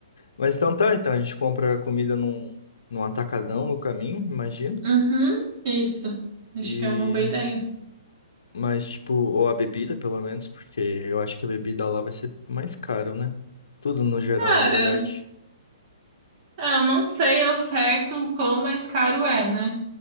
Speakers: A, on the left; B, on the right.
A: Mas então tá, então a gente compra comida num, num atacadão no caminho, imagino.
B: Uhum, isso. Acho
A: E
B: que é uma boa ideia.
A: mas tipo, ou a bebida, pelo menos, porque eu acho que a bebida lá vai ser mais caro, né? Tudo no geral,
B: Cara,
A: na verdade.
B: ah, eu não sei ao certo o quão mais caro é, né?